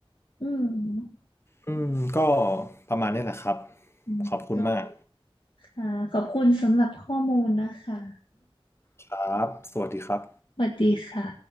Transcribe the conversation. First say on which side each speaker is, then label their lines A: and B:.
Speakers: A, on the left; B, on the left.
A: อืม
B: อืมก็ประมาณนี้แหละครับ
A: อืมก็
B: ขอบคุณมาก
A: ค่ะขอบคุณสำหรับข้อมูลนะคะ
B: ครับสวัสดีครับ
A: สวัสดีค่ะ